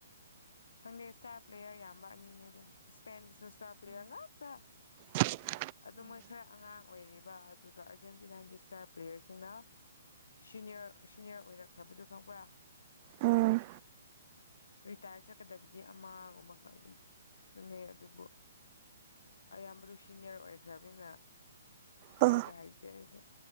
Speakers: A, on the left; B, on the right.
A: ꯈꯪꯗꯦ ꯏꯁꯇꯥꯔ ꯄ꯭ꯂꯦꯌꯔ ꯌꯥꯝ ꯋꯥꯅꯤꯅꯦꯕ ꯏꯁꯄꯦꯟꯗꯨꯁꯨ ꯏꯁꯇꯥꯔ ꯄ꯭ꯂꯦꯌꯔ ꯉꯥꯛꯇ
B: ꯍ <inaudible>
A: ꯑꯗꯨ ꯃꯣꯏ ꯈꯔ ꯑꯉꯥꯡ ꯑꯣꯏꯔꯤꯕ ꯑꯗꯨꯒ ꯑꯥꯔꯖꯦꯟꯇꯤꯅꯥꯒꯤ ꯏꯁꯇꯥꯔ ꯄ꯭ꯂꯦꯌꯔꯁꯤꯡꯅ ꯁꯤꯅꯤꯌꯔ ꯁꯤꯅꯤꯌꯔ ꯑꯣꯏꯔꯛꯈ꯭ꯔꯕꯗꯨ ꯈꯪꯕ꯭ꯔꯥ
B: ꯎꯝ
A: ꯔꯤꯇꯥꯌꯥꯔꯁ ꯆꯛꯀꯗꯕꯗꯤ ꯑꯃꯒꯨꯝꯕ ꯈꯛ ꯑꯅꯤ ꯑꯗꯨꯕꯨ ꯑꯌꯥꯝꯕꯗꯨ ꯁꯤꯅꯤꯌꯔ ꯑꯣꯏꯈ꯭ꯔꯕꯅꯤꯅ
B: ꯑꯣ
A: ꯍꯥꯏꯕ ꯍꯩꯇꯦ ꯑꯩꯁꯦ